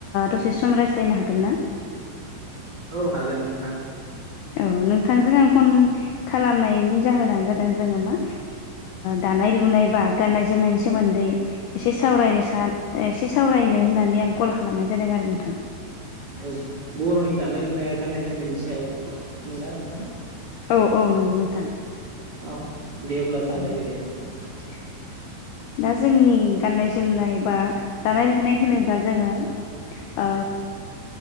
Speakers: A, on the left (about 80°); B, on the right (about 35°).
A: दसे सम रायज्लायनो हागोन ना?
B: औ हागोन नोंथां।
A: औ नोंथांजों आं फन खालामनायनि जाहोनानो जादों जोङो मा दानाय लुनाय बा गाननाय जोमनायनि सोमोन्दै एसे सावरायनो स एसे सावरायनो होननानै आं कल खालामनाय जादों आरो नोंथां।
B: औ बर'नि दानाय लुनाया गान्नाय जोमनायनि सायाव मोना नोंथां?
A: औ औ नंगौ नोंथां
B: औ दे अब्ला
A: औ
B: जागायदो दे नोंथां।
A: <inaudible> दा जोंनि गाननाय जोमनाय बा दानाय लुनाय होनोब्ला जोङो आ